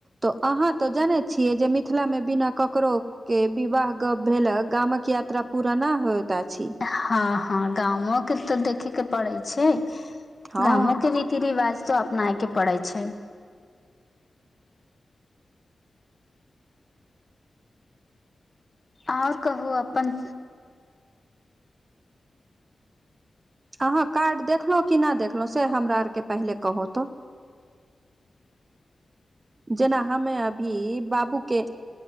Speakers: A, on the right; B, on the left.
A: तऽ अहाँ तऽ जनै छियै जे मिथिलामे बिना ककरो के विवाह गप भेले गामक यात्रा पूरा न होत आछी।
B: हँ हँ गामक तऽ देखे के पड़े छै
A: हँ
B: गामो के रीत रीति रिवाज तऽ अपनाय के पड़ै छैय आओर कहु अपन।
A: अहाँ कार्ड देखलहुँ कि ना देखलहुँ से हमरा आरके पहिले कहहो तो। जेना हमे अभी बाबू के।